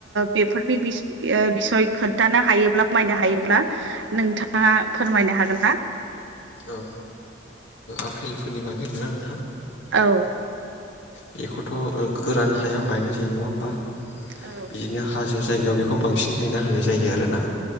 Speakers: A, on the right; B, on the left.
A: बेफोरनि बिसय खोन्थानो हायोब्ला फोरमायनो हायोब्ला नोंथाङा फोरमायनो हागोन ना
B: आ आफपेलफोरनि बागै होनदों।
A: औ
B: बेखौथ' गोरान हायाव गायनाय जायो नङा होमबा
A: औ
B: बिदिनो हाजो जायगायाव बेखौ बांसिन गायना होनाय जायो आरोना